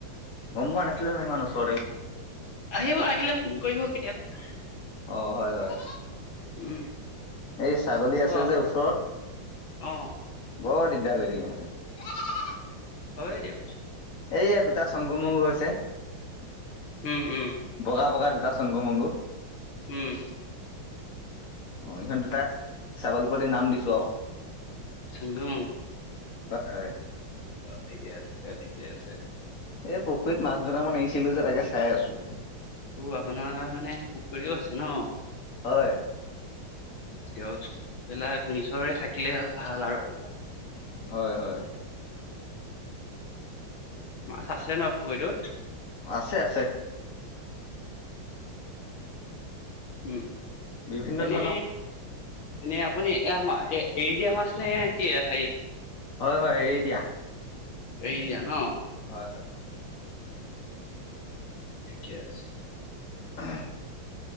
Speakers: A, on the left; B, on the left.
A: গম পোৱা নাছিলো ন ইমান ওচৰতে বুলি।
B: আহিব আহিলে ফোন কৰিব কেতিয়াবা।
A: অ হয়-হয়।
B: উম
A: এই ছাগলী আছে
B: অ
A: যে ওচৰত।
B: অ
A: বৰ দিগদাৰ কৰি থাকে ইহতে।
B: হয় দিয়ক।
A: এইয়া দুটা চংগু মংগু হৈছে
B: উম উম
A: বগা বগা দু। তা চগু মংগু।
B: উম।
A: অ ইহঁত দুটা ছাগলী পোৱালীৰ নাম দিছো আৰু।
B: চেংগু
A: হয়-হয়।
B: অ ঠিকে আছে ঠিকে আছে।
A: এই পুখুৰীত মাছ দুটা মান এৰিছিলো যে তাকে চাই আছো।
B: অ আপোনাৰ মানে পুখুৰীও আছে ন।
A: হয়
B: তেওঁক এইবিলাক নিজৰে থাকিলে ভাল আৰু।
A: হয়-হয়।
B: মাছ আছে ন পুখুৰীটোত।
A: আছে-আছে।
B: উম
A: বিভিন্ন
B: এনে।
A: ধৰণৰ
B: নে আপুনিম এফা এ-এ এৰি দিয়া মাছ নে কি সেই।
A: হয়-হয় এৰি দিয়া।
B: এৰি দিয়া ন
A: হয়-হয়।
B: ঠিকে আছে।
A: এ হ <unintelligible>